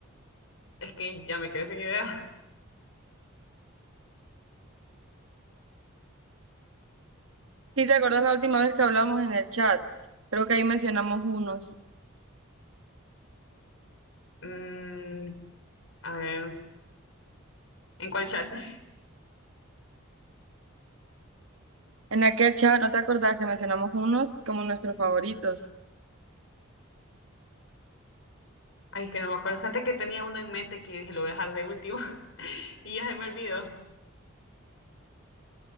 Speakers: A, on the left; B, on the right.
A: Es que ya me quedé sin idea. <laughs>
B: Sí, ¿te acordás la última vez que hablamos en el chat? Creo que ahí mencionamos unos.
A: Mm, a ver, ¿en cuál chat? <laughs>
B: En aquel chat, ¿no te acordás que mencionamos unos como nuestros favoritos?
A: Ay, es que no me acuerdo. Fíjate que tenía uno en mente que dije lo voy a dejar de último <laughs> y ya se me olvidó.